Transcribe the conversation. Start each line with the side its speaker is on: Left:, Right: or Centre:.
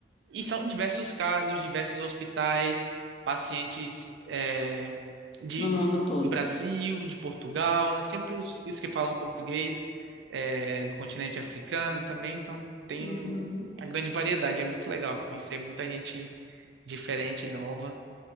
Right: E são diversos casos, diversos hospitais, pacientes é, de,
Left: No mundo todo?
Right: do Brasil, de Portugal, né? Sempre os, os que falam português, é, do continente africano também, então tem
Left: Uhum.
Right: um- uma grande variedade, é muito legal conhecer muita gente diferente, nova.